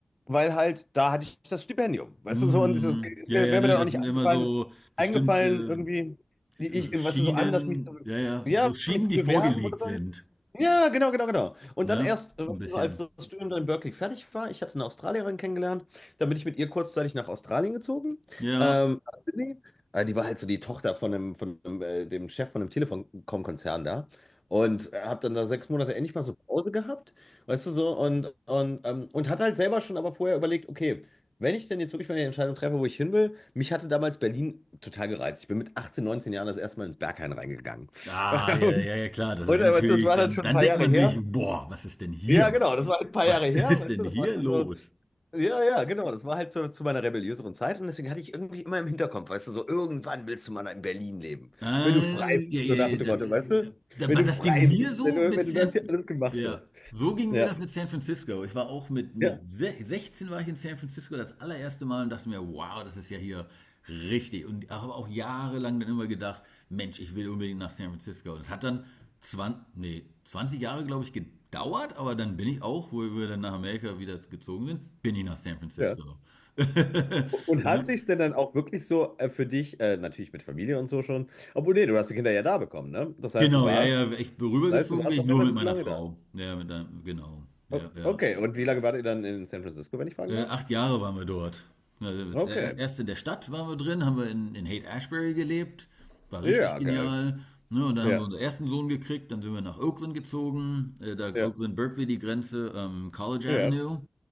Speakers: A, on the left; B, in the centre.
A: weil halt, da hatte ich das Stipendium. Weißt
B: Mhm.
A: du, so, und es ist, es
B: Ja,
A: wäre
B: ja,
A: wär
B: ne?
A: mir dann
B: Das
A: auch nicht
B: sind
A: eingefallen,
B: immer so bestimmte
A: eingefallen irgendwie, wie ich,
B: Schienen,
A: weißt du, so anders mich zu,
B: ja, ja,
A: ja,
B: so Schienen,
A: mich zu
B: die
A: bewerben
B: vorgelegt
A: oder so.
B: sind,
A: Ja, genau, genau, genau. Und
B: ne?
A: dann erst, äh,
B: So ein bisschen.
A: so als das Studium dann in Berkeley fertig war, ich hatte eine Australierin kennengelernt, dann bin ich mit ihr kurzzeitig nach Australien gezogen,
B: Ja.
A: ähm, nach Sydney. Äh, Die war halt so die Tochter von dem, von dem, äh, dem Chef von dem Telekom-Konzern da. Und habe dann da sechs Monate endlich mal so Pause gehabt, weißt du so, und, und, ähm, und hat halt selber schon aber vorher überlegt, okay, wenn ich denn jetzt wirklich mal die Entscheidung treffe, wo ich hin will, mich hatte damals Berlin total gereizt. Ich bin mit 18, 19 Jahren das erste Mal ins Berghain reingegangen.
B: Ah,
A: <laughs>
B: ja, ja, ja, klar, das
A: Und,
B: ist natürlich,
A: äh, weißt du, das war
B: dann,
A: dann schon
B: dann
A: ein paar
B: denkt
A: Jahre
B: man
A: her.
B: sich, boah, was ist denn hier?
A: Ja, genau, das war halt ein paar
B: Was
A: Jahre her,
B: <laughs> ist
A: weißt
B: denn
A: du,
B: hier
A: das war schon
B: los?
A: so. Ja, ja, genau, das war halt so zu meiner rebelliöseren Zeit und deswegen hatte ich irgendwie immer im Hinterkopf, weißt du, so irgendwann willst du mal in Berlin leben,
B: Ah,
A: wenn du frei bist,
B: ja, ja,
A: so nach
B: ja,
A: dem Motto, weißt du,
B: da,
A: wenn
B: Aber
A: du
B: das
A: frei
B: ging mir
A: bist,
B: so
A: wenn du,
B: mit
A: wenn
B: San,
A: du das hier alles gemacht
B: ja,
A: hast.
B: so ging
A: Ja,
B: mir das mit San Francisco. Ich war auch mit, mit
A: ja,
B: se- 16 war ich in San Francisco das allererste Mal und dachte mir, wow, das ist ja hier richtig. Und habe auch jahrelang dann immer gedacht, Mensch, ich will unbedingt nach San Francisco. Und es hat dann zwanzig nee, 20 Jahre, glaube ich, gedauert, aber dann bin ich auch, wo wir dann nach Amerika wieder gezogen sind, bin ich nach San Francisco.
A: ja.
B: <laughs>
A: Und
B: Ne?
A: hat sich denn dann auch wirklich so äh, für dich, äh, natürlich mit Familie und so schon, obwohl nee, du hast die Kinder ja da bekommen, ne? Das heißt,
B: Genau,
A: du warst,
B: ja, ja, ich rübergezogen
A: das heißt, du warst
B: bin ich
A: auch
B: nur
A: relativ
B: mit meiner
A: lange
B: Frau.
A: da.
B: Ja, mit deinem, genau. Ja,
A: O
B: ja.
A: okay, und wie lange wart ihr dann in San Francisco, wenn ich fragen
B: Äh,
A: darf?
B: acht Jahre waren wir dort. Äh,
A: Okay,
B: der- Erst in der Stadt waren wir drin, haben wir in, in Haight-Ashbury gelebt, war
A: ja,
B: richtig genial.
A: geil.
B: Ne, und dann
A: Ja,
B: haben wir unseren ersten Sohn gekriegt, dann sind wir nach Oakland gezogen, äh, da
A: Ja,
B: Oakland-Berkeley die Grenze, ähm, College
A: ja,
B: Avenue.